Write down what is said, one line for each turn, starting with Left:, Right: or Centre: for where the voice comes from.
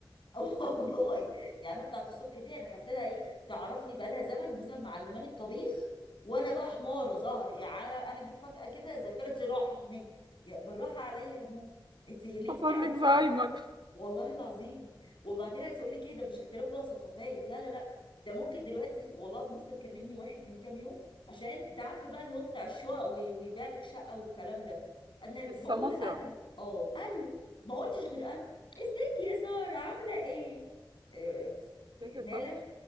Left: <laughs> والله يعني انا بتاعت الصبح دي انا حسيتها ايه تعرفني بقالها زمن ومثلا معلماني الطبيخ وانا بقى حماره ظهر يعني انا أنا جيت فجاه كده ذاكرتي راحت مني يا بالراحه عليا يا ماما انت ليه
Right: حصل
Left: بتعملي
Right: لك زهايمر
Left: معايا كده والله العظيم وبعدين عايزه اقول لك ايه ده مش اختلاف بقى ثقافات لا لا لا ده ممكن دلوقتي والله العظيم لسه مكلمني واحد من كام يوم عشان ده عارفه بقى اللي هو بتاع الشقق وي- ويبيع لك شقه والكلام ده انا
Right: السماسرة
Left: بقول الو اه الو ما قلتش غير الو ازيك يا سارة عاملة ايه آه، ف-
Right: فاكر
Left: مالك
Right: السماسرة؟